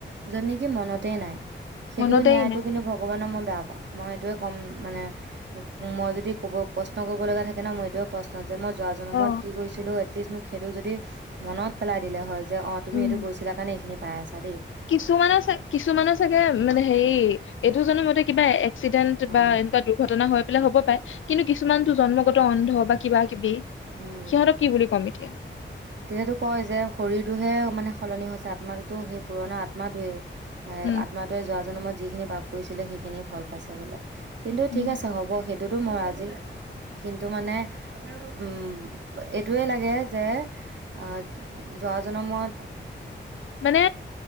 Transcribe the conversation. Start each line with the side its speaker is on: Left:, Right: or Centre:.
Right: যত নেকি মনতে নাই সেইটো
Left: মনতেই
Right: ন্যায়তটো
Left: নাই
Right: কিন্তু ভগৱানক মই বেয়া পাওঁ মই এইটোয়ে ক'ম মানে মই যদি কব প্ৰশ্ন কৰিব লগা থাকে ন মই এইটোয়ে প্ৰশ্ন যে মই যোৱা জন্মত
Left: অ
Right: কি কৰিছিলো প্লিজ মোক সেইটো যদি মনত পেলাই দিলে হয় যে অ তুমি
Left: উম
Right: এইটো গৈইছিলা কাৰণে এইখিনি পাই আছা দেই
Left: কিছুমানে চাগে মানে হেৰি এইটো জানমতে কিবা এক্সিডেণ্ট
Right: অ
Left: বা এনেকুৱা দুৰ্ঘটনা হয় বোলে হ'ব পাৰে কিন্তু কিছুমান টো জন্মগত অন্ধ বা কিবা কিবি
Right: উম
Left: সিহঁতক কি বুলি ক'ম এতিয়া
Right: তেতিয়াতো কয় যে শৰীৰটোহে মানে সলনি হৈছে আত্মাটোতো সেই পুৰণা আত্মাটোৱে এ
Left: উম
Right: আত্মাতোৱে যোৱা জন্মত যিখিনি পাপ কৰিছিলে সেইখিনি ফল পাইছে বোলে কিন্তু
Left: উম,
Right: ঠিক আছে হ'ব সেইটো এইটোতো মই আজি কিন্তু মানে উম এইটোৱে লাগে যে আ যোৱা জনন্মত
Left: মানে